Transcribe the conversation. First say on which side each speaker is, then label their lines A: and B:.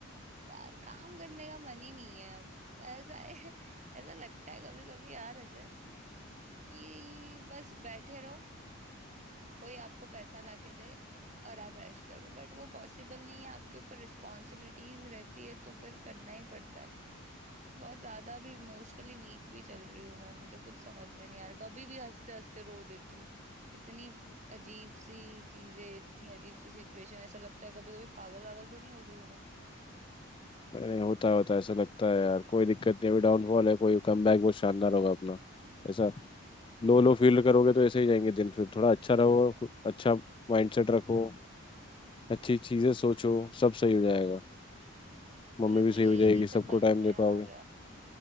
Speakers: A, on the right; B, on the left.
A: यार काम करने का मन ही नहीं है अब ऐसा है <laughs> ऐसा लगता है कभी कभी यार अजय कि बस बैठे रहो कोई आपको पैसा लाके दे और आप ऐश करो बट वो पॉसिबल नहीं है आपके ऊपर रिस्पॉन्सिबिलिटीज रहती है तो फिर करना ही पड़ता है बहुत ज्यादा भी इमोशनली वीक भी चल रही हूँ मैं मुझे कुछ समझ में नहीं आ रहा कभी भी हंसते हंसते रो देती हूँ इतनी अजीब सी चीजें इतनी अजीब सी सिचुएशन ऐसा लगता है कभी कभी पागल वागल तो नहीं हो गई हूँ मैं
B: नहीं होता है होता है ऐसा लगता है यार कोई दिक्कत नहीं अभी डाउनफॉल है कोई कम बैक बहुत शानदार होगा अपना ऐसा लो लो फील करोगे तो ऐसे ही जाएंगे दिन फिर थोड़ा अच्छा रहो अच्छा माइंडसेट रखो अच्छी चीजें सोचो सब सही हो जाएगा मम्मी
A: मुझे
B: भी
A: तो
B: सही
A: ये
B: हो जाएगी
A: नहीं
B: सबको
A: समझ
B: टाइम
A: में
B: दे
A: आ
B: पाओगे
A: रहा